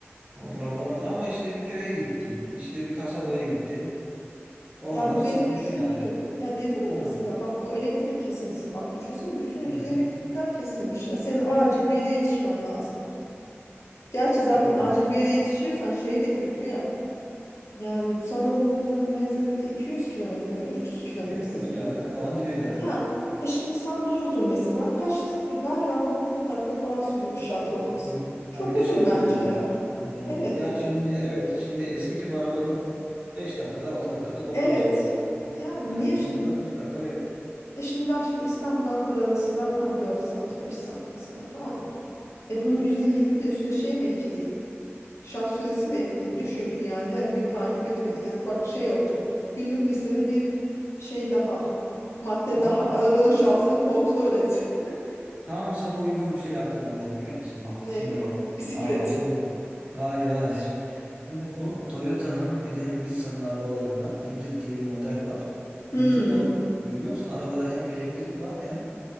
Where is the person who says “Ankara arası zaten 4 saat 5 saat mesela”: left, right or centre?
Left